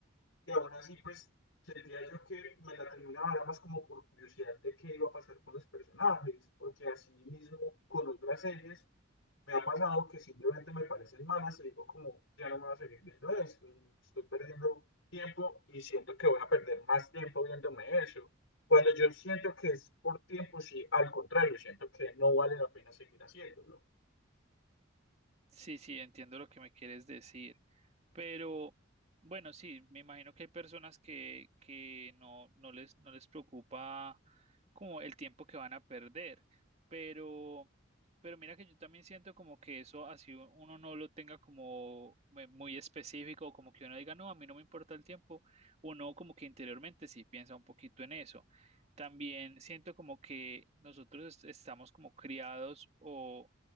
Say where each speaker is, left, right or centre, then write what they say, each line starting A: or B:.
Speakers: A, on the left; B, on the right.
A: Y aún así, pues, sentía yo que me la terminaba era más como por curiosidad de qué iba a pasar con los personajes, porque así mismo con otras series me ha pasado que simplemente me parecen malas y digo como, ya no me voy a seguir viendo esto, estoy perdiendo tiempo y siento que voy a perder más tiempo viéndome eso. Cuando yo siento que es por tiempo, sí, al contrario, siento que no vale la pena seguir haciéndolo.
B: Sí, sí, entiendo lo que me quieres decir, pero bueno, sí, me imagino que hay personas que, que no, no les, no les preocupa como el tiempo que van a perder, pero, pero mira que yo también siento como que eso así u- uno no lo tenga como me- muy específico, o como que uno diga, no, a mí no me importa el tiempo, uno como que interiormente sí piensa un poquito en eso. También siento como que nosotros es- estamos como criados o